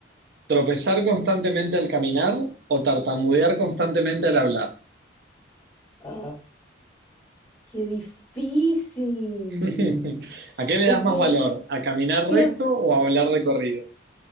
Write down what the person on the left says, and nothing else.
Ah, qué difícil.
Es
que
creo,